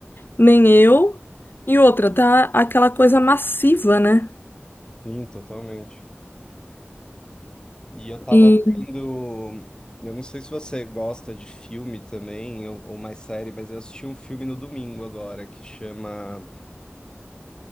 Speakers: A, on the left; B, on the left.
A: Nem eu. E outra, tá aquela coisa massiva, né?
B: sim, totalmente. E eu tava
A: E,
B: vendo, eu não sei se você gosta de filme também ou, ou mais série, mas eu assisti um filme no domingo agora que chama